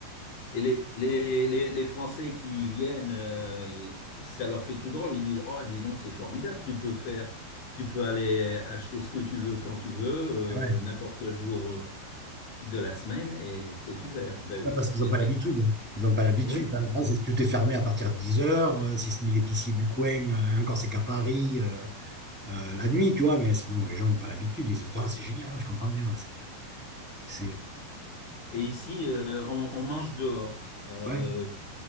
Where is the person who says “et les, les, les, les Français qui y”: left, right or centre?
Left